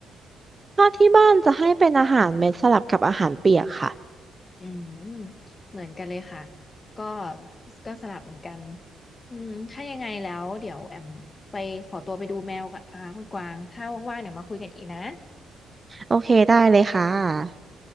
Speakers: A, on the right; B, on the left.
A: ถ้าที่บ้านจะให้เป็นอาหารเม็ดสลับกับอาหารเปียกค่ะ
B: อืมเหมือนกันเลยค่ะก็ก็สลับเหมือนกันอืมถ้ายังไงแล้วเดี๋ยวแอมไปขอตัวไปดูแมวก่อนนะคะคุณกวางถ้าว่างๆเดี๋ยวมาคุยกันอีกนะ
A: โอเคได้เลยค่ะ